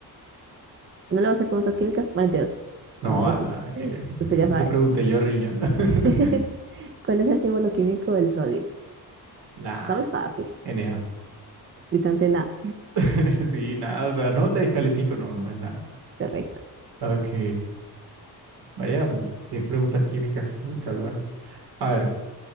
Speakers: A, on the right (about 30°); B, on the right (about 75°).
A: ¿No le vas a hacer preguntas químicas? Bueno, entonces
B: No,
A: No nos
B: a la
A: gusta.
B: que, que eso
A: Usted
B: que no
A: ya sabe.
B: te pregunté yo, riñón. <laughs>
A: <laughs> ¿Cuál es el símbolo químico del sodio?
B: Nah,
A: Está muy fácil.
B: Enea.
A: Distante nada.
B: <laughs> Sí, nada, o sea, no te descalifico, no, no es nada.
A: Correcto.
B: Ok, vaya, tienes preguntas químicas, uh, está buena. A ver,